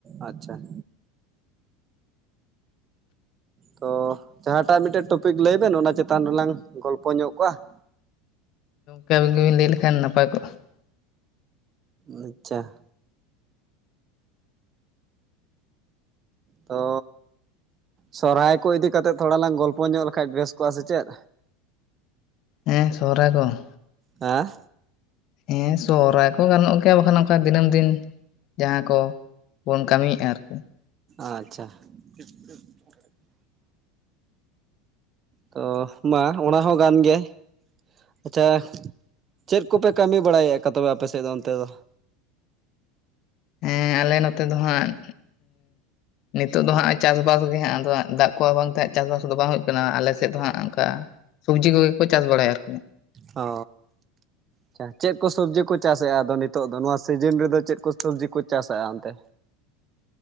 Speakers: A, on the right; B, on the left.
A: ᱟᱪᱪᱷᱟ ᱾ ᱛᱚ ᱡᱟᱦᱟᱸᱴᱟᱜ ᱢᱤᱫᱴᱮᱱ ᱴᱚᱯᱤᱠ ᱞᱟᱹᱭ ᱵᱮᱱ ᱚᱱᱟ ᱪᱮᱛᱟᱱ ᱨᱮᱞᱟᱝ ᱜᱚᱞᱯᱚ ᱧᱚᱜ ᱠᱚᱜ-ᱟ ᱾
B: ᱠᱟᱹᱢᱤ ᱜᱮᱵᱤᱱ ᱞᱟᱹᱭ ᱞᱮᱠᱷᱟᱱ ᱱᱟᱯᱟᱭ ᱠᱚᱜ-ᱟ ᱾
A: ᱟᱪᱪᱷᱟ ᱾ ᱛᱚ ᱥᱚᱨᱦᱟᱭ ᱠᱚ ᱤᱫᱤ ᱠᱟᱛᱮᱫ ᱛᱷᱚᱲᱟ ᱞᱟᱝ ᱜᱚᱞᱯᱚ ᱧᱚᱜ ᱞᱮᱠᱷᱟᱡ ᱵᱮᱥ ᱠᱚᱜ-ᱟ ᱥᱮ ᱪᱮᱫ?
B: ᱦᱮᱸ ᱥᱚᱨᱦᱟᱭ ᱠᱚ ᱾
A: ᱦᱮᱸ
B: ᱦᱮᱸ ᱥᱚᱦᱚᱨᱟᱭ ᱠᱚ ᱜᱟᱱᱚᱜ ᱜᱮᱭᱟ ᱵᱟᱠᱷᱟᱱ ᱱᱚᱝᱠᱟ ᱫᱤᱱᱟᱹᱢ ᱫᱤᱱ ᱡᱟᱦᱟᱸ ᱠᱚ ᱵᱚᱱ ᱠᱟᱹᱢᱤ ᱭᱮᱜ-ᱟ ᱟᱨᱠᱤ ᱾
A: ᱟᱪᱪᱷᱟ <unintelligible> ᱛᱚ ᱢᱟ ᱚᱱᱟ ᱦᱚᱸ ᱜᱟᱱ ᱜᱮ ᱾ ᱟᱪᱪᱷᱟ ᱪᱮᱫ ᱠᱚᱯᱮ ᱠᱟᱹᱢᱤ ᱵᱟᱲᱟ ᱭᱮᱠᱟ ᱛᱚᱵᱮ ᱟᱯᱮ ᱥᱮᱫ ᱫᱚ ᱚᱱᱛᱮ ᱫᱚ ᱾
B: ᱦᱮᱸ ᱟᱞᱮ ᱱᱚᱛᱮ ᱫᱚ ᱦᱟᱸᱜ ᱱᱤᱛᱚᱜ ᱫᱚ ᱦᱟᱸᱜ ᱪᱟᱥᱵᱟᱥ ᱜᱮ ᱦᱟᱸᱜ ᱟᱫᱚ ᱦᱟᱸᱜ ᱫᱟᱜ ᱠᱚ ᱵᱟᱝᱛᱮᱜ ᱪᱟᱥᱵᱟᱥ ᱫᱚ ᱵᱟᱝ ᱦᱩᱭᱩᱜ ᱠᱟᱱᱟ ᱟᱞᱮ ᱥᱮᱫ ᱫᱚ ᱦᱟᱸᱜ ᱚᱱᱠᱟ ᱥᱚᱵᱽᱡᱤ ᱠᱚᱜᱮ ᱠᱚ ᱪᱟᱥ ᱵᱟᱲᱟᱭᱟ ᱟᱨᱠᱤ᱾
A: ᱳ ᱟᱪᱷᱟ ᱪᱮᱫ ᱠᱚ ᱥᱚᱵᱽᱡᱤ ᱠᱚ ᱪᱟᱥᱮᱭᱟ ᱟᱫᱚ ᱱᱤᱛᱚᱜ ᱫᱚ ᱱᱚᱣᱟ ᱥᱤᱡᱤᱱ ᱨᱮᱫᱚ ᱪᱮᱫ ᱠᱚ ᱥᱚᱵᱽᱡᱤ ᱠᱚ ᱪᱟᱥᱟᱼᱟ ᱚᱱᱛᱮ?